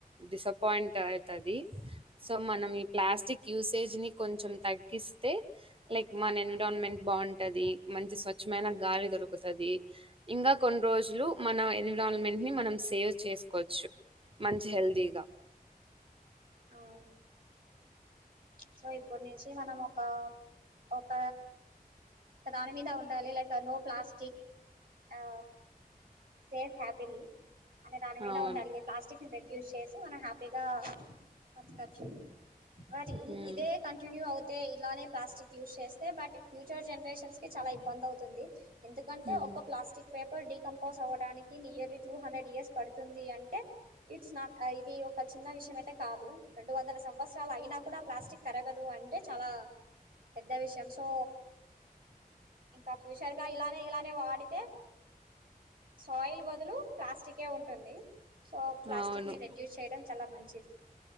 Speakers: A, on the right; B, on the right.
A: డిసప్పయింట్ అయితది సో మనం ఈ ప్లాస్టిక్ యూసేజ్ ని కొంచెం తగ్గిస్తే లైక్ మన ఎన్విరాన్మెంట్ బాగుంటది మంచి స్వచ్ఛమైన గాలి దొరుకుతుంది ఇంకా కొన్ని రోజులు మన ఎన్విరాన్మెంట్ ని మనం సేవ్ చేసుకోవచ్చు మంచి హెల్దీగా
B: అవు సో ఇప్పుడు నుంచి మనం ఒక ఒక దాని మీద ఉండి లైక్ నో ప్లాస్క్ ఇట్ ఆ సేఫ్ హ్యాపీలీ అనే దాని మీద
A: అవును.
B: ఉండాలి ప్లాస్టిక్ ని రిడ్యూస్ చేసి మనం హ్యాపీగా మచికచ్చు బట్
A: హ్మ్
B: ఇదే కంటిన్యూ అవుతే ఇలానే ప్లాస్టిక్ యూజ్ చేస్తే బట్ ఫ్యూచర్ జన చాలా ఇబ్బంది అవుతుంది ఎందుకంటే
A: హ్మ్
B: ఒక ప్లాస్టిక్ పేపర్ డీకంపోజ్ అవ్వడానికి నియర్లీ టూ హండ్రెడ్ ఇయర్స్ పడుతుంది అంటే ఇట్స్ నాట్ ఐడి ఒక చిన్న విషయం అయితే కాదు రెండు వందల సంవత్సరాలు అయినా కూడా ప్లాస్టిక్ కరగదు అంటే చాలా పెద్ద విషయం సో ఇంకా ఫ్యూచర్ గా ఇలానే ఇలానే వాడితే సాయిల్ బదులు ప్లాస్టిక్ కే ఉంటుంది సో ప్లాస్టిక్ని
A: అవును.
B: రెడ్యూస్ చేయడం చాలా మంచిది